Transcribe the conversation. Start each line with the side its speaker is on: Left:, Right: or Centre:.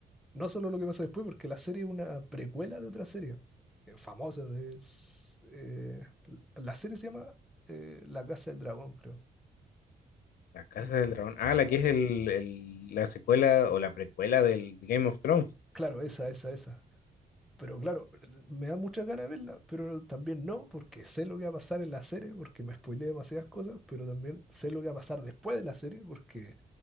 Centre: No solo lo que pasa después, porque la serie es una precuela de otra serie eh, famosa. es, eh, la serie se llama eh, La Casa del Dragón, creo.
Left: La Casa
Centre: Y
Left: del Dragón. Ah, la
Centre: claro,
Left: que es el, el- la secuela o la precuela del Game of Thrones.
Centre: claro, esa, esa, esa. Pero claro, me da muchas ganas de verla, pero también no, porque sé lo que va a pasar en la serie, porque me spoileé demasiadas cosas, pero también sé lo que va a pasar después de la serie, porque